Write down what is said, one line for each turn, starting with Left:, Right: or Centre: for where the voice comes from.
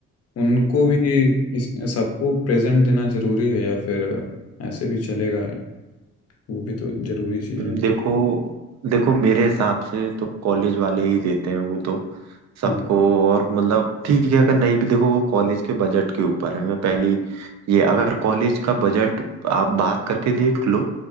Left: उनको भी किस- सबको प्रेजेंट देना जरूरी है या फिर ऐसे भी चलेगा वो भी तो जरूरी चीज़
Right: हम्म,
Left: है
Right: देखो देखो मेरे हिसाब से तो कॉलेज वाले ही देते हैं वो तो सबको
Left: हाँ
Right: और मतलब ठीक है अगर नहीं भी देखो वो कॉलेज के बजट के ऊपर है मैं पहली ये अगर कॉलेज का बजट आप बात करके देख लो